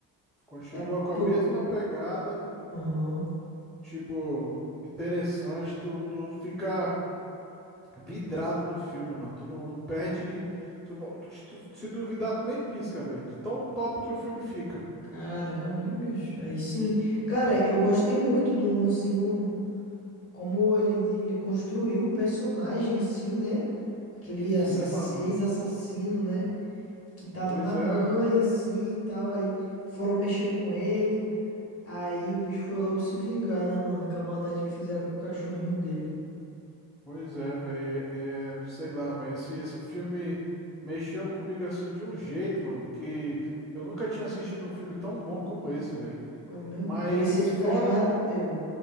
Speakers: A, in the centre; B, on the left.
A: Continua
B: É
A: com
B: pô.
A: a mesma pegada.
B: Uhum.
A: Tipo, interessante. Tu, tu fica vidrado no filme, mano. Tu não, não perde. Tu, tu- tu- se duvidar, tu nem pisca, velho. De tão top que o filme fica.
B: Caramba, hein, bicho? Aí sim. Cara, eu gostei muito do um, assim, o- como ele, ele construiu o personagem, assim, né? Aquele
A: Sim,
B: assa-
A: mano.
B: ex-assassino, né? que tava
A: Pois
B: na
A: é.
B: mãe assim e tal. Aí foram mexer com ele. Aí o bicho foi logo se vingar, né, mano? Com a maldade que fizeram com o cachorrinho dele.
A: Pois é, velho, é, é, sei lá, velho, esse, esse filme mexeu comigo assim de um jeito, mano, que eu nunca tinha assistido um filme tão bom como esse, velho.
B: Foi mesmo?
A: Mas
B: Parecia que
A: fora,
B: o cachorro era teu.